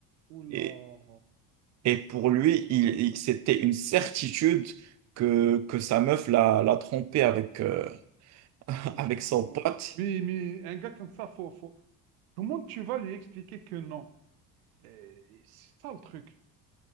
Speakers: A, on the right; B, on the right.
A: Oula.
B: Et, et pour lui,
A: C'est
B: il,
A: chaud,
B: il-
A: ça.
B: c'était une certitude que, que sa meuf l'a, l'a trompé avec, euh, <laughs>
A: Oula.
B: avec son pote.
A: Mais, mais un gars comme ça, faut, faut... comment tu vas lui expliquer que non? Eh, C'est ça le truc.